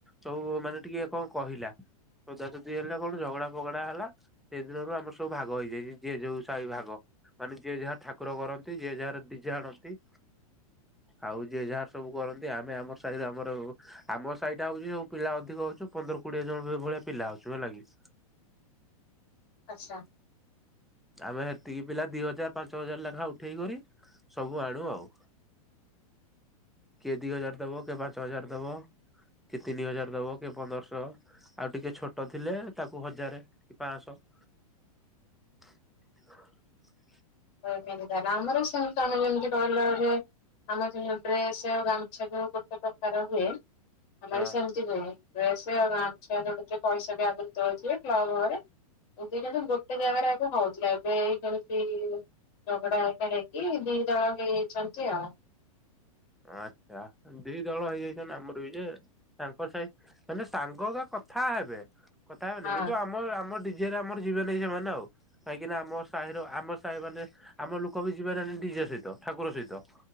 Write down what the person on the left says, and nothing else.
ଆଚ୍ଛା।
ଅ ଏମିତି ତାଲେ ଆମର ସେଇ <unintelligible> ଆମର ସେ ଯୋଉ ଡ୍ରେସ ଆଉ ଗାମୁଛା କିଣିବୁ ଗୋଟେ ପ୍ରକାର ହୁଏ ଆମେ
ବି ସେମ। ଯେ କୁହେ ଡ୍ରେସ ଆଉ ଗାମୁଛା <inaudible> ପଇସା ବି ଆଗରୁ ତୋଳେଇଥିବେ କ୍ଲବ୍ ଘରେ। <unintelligible> ଗୋଟେ ଜାଗାରେ ଆଗ ହଉଛି ଏବେ ଏଇଠି ଇମିତି। ଝଗଡା ଏକେରେ ହେଇକି ଦି ଦଳ ହେଇଯଇଛନ୍ତି ଆଉ।
ହଁ